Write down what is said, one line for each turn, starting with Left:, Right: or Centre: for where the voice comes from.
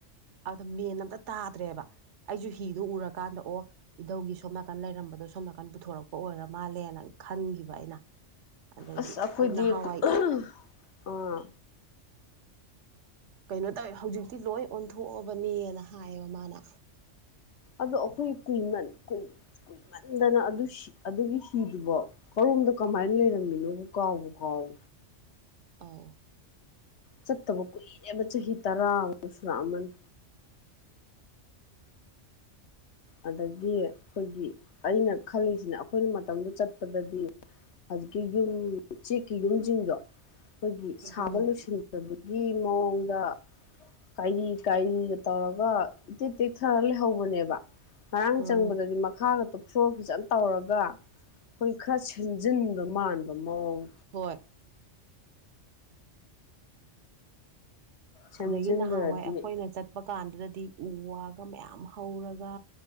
Right: ꯑꯗꯨꯗ ꯃꯦꯟ ꯑꯝꯇ ꯇꯥꯗ꯭ꯔꯦꯕ ꯑꯩꯁꯨ ꯍꯤꯗꯨ ꯎꯔꯀꯥꯟꯗ ꯑꯣ ꯏꯙꯧꯒꯤ ꯁꯣꯝ ꯅꯥꯀꯟ ꯂꯩꯔꯝꯕꯗꯣ ꯁꯣꯝ ꯅꯥꯀꯟ ꯄꯨꯊꯣꯔꯛꯄ ꯑꯣꯏꯔ ꯃꯥꯜꯂꯦꯅ ꯈꯟꯒꯤꯕ ꯑꯩꯅ ꯑꯗꯒꯤ
Left: ꯑꯁ ꯑꯩꯈꯣꯏꯗꯤ
Right: ꯑꯗꯨ ꯅꯍꯥꯟꯋꯥꯏ
Left: ꯑꯥ
Right: ꯀꯩꯅꯣ ꯇꯧꯋꯦ ꯍꯧꯖꯤꯛꯇꯤ ꯂꯣꯏ ꯑꯣꯟꯊꯣꯛꯑꯕꯅꯦꯅ ꯍꯥꯏꯌꯦꯕ ꯃꯥꯅ
Left: ꯑꯗꯣ ꯑꯩꯈꯣꯏ ꯀꯨꯏꯃꯟ ꯀꯨꯏꯃꯟꯗꯅ ꯑꯗꯨ ꯑꯗꯨꯒꯤ ꯍꯤꯗꯨꯕꯣ ꯍꯣꯔꯣꯝꯗ ꯀꯃꯥꯏꯅ ꯂꯩꯔꯝꯃꯤꯅꯣꯕꯨ ꯀꯥꯎꯕ ꯀꯥꯎ
Right: ꯑꯥꯎ
Left: ꯆꯠꯇꯕ ꯀꯨꯏꯔꯦꯕ ꯆꯍꯤ ꯇꯔꯥꯃꯨꯛ ꯁꯨꯔꯛꯑꯃꯅꯤ ꯑꯗꯒꯤ ꯑꯩꯈꯣꯏꯒꯤ ꯑꯩꯅ ꯈꯜꯂꯤꯁꯤꯅ ꯑꯩꯈꯣꯏꯅ ꯃꯇꯝꯗꯨ ꯆꯠꯄꯗꯗꯤ ꯍꯧꯖꯤꯛꯀꯤ ꯌꯨꯝ ꯆꯦꯛꯀꯤ ꯌꯨꯝꯁꯤꯡꯗꯣ ꯑꯩꯈꯣꯏꯒꯤ ꯁꯥꯕ
Right: ꯎꯝ
Left: ꯂꯣꯏꯁꯤꯟꯖꯕꯒꯤ ꯃꯑꯣꯡꯗ ꯀꯥꯏꯔꯤ-ꯀꯥꯏꯔꯤꯒ ꯇꯧꯔꯒ ꯏꯇꯦꯛ ꯇꯦꯛꯊꯔ ꯂꯩꯍꯧꯕꯅꯦꯕ ꯉꯔꯥꯡ
Right: ꯎꯝ
Left: ꯆꯪꯕꯗꯗꯤ ꯃꯈꯥ <inaudible> ꯇꯧꯔꯒ ꯑꯩꯈꯣꯏ ꯈꯔ ꯁꯦꯝꯖꯤꯟꯕ ꯃꯥꯟꯕ ꯃꯑꯣꯡ
Right: ꯍꯣꯏ
Left: ꯁꯦꯝꯖꯤꯟꯗ꯭ꯔꯗꯤ
Right: ꯑꯗꯒꯤ ꯅꯍꯥꯟꯋꯥꯏ ꯑꯩꯈꯣꯏꯅ ꯆꯠꯄ ꯀꯥꯟꯗꯨꯗꯗꯤ ꯎ ꯋꯥꯒ ꯃꯌꯥꯝ ꯍꯧꯔꯒ